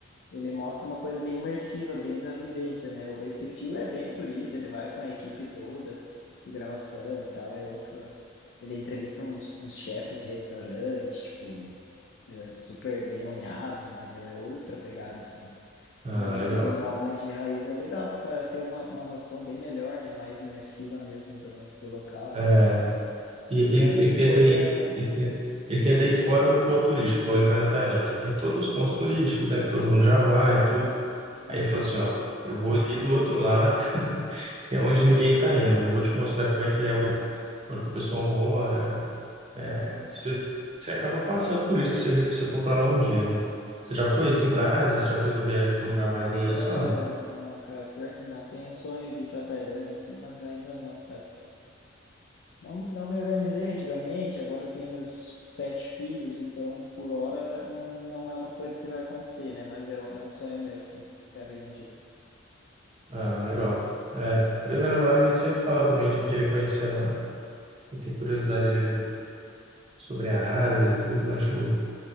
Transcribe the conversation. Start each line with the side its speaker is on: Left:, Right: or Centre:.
Left: Ele mostra uma coisa bem imersiva, bem da vivência, né? O- Esse fio é bem turista, ele vai com a equipe toda de gravação e tal, é outro. Ele entrevista uns, uns chefes de restaurante, tipo, é, super bem nomeados, entendeu? É outra pegada, assim.
Right: Ah,
Left: Mas esse
Right: legal.
Left: do Nômade Raiz é legal, porque ela tem uma, uma noção bem melhor, né? Mais imersiva mesmo do, do local,
Right: É,
Left: enfim.
Right: e
Left: E
Right: ele,
Left: para se
Right: ele tenta
Left: for
Right: ir,
Left: viajar,
Right: ele tenta, ele tenta ir fora do ponto turístico, igual ele vai na Tailândia. Tem todos os pontos turísticos, né, que todo mundo já vai
Left: sim.
Right: e tudo.
Left: Aham,
Right: Aí ele fala assim, ó, eu vou ali do outro lado, que é onde ninguém tá indo. Eu vou te mostrar como é que é o, onde que o pessoal mora. É,
Left: aham,
Right: você, você acaba passando por isso se você você for para lá um dia, né? Você já foi
Left: sim,
Right: assim
Left: sim.
Right: para a Ásia? Você já fez uma viagem para um lugar mais longe
Left: Não,
Right: assim ou não?
Left: não, cara, pior que não. Tenho um sonho de ir para Tailândia, assim, mas ainda não, sabe? Não, não me organizei antigamente, agora eu tenho meus pet filhos, então por hora não, não é uma coisa que vai acontecer, né? Mas é, um- é um sonho meu, sim. Quero ir um dia.
Right: Ah, legal. É, eu e minha namorada, a gente sempre fala também de querer conhecer lá. E tem curiosidade ali no, sobre a Ásia, tudo. Acho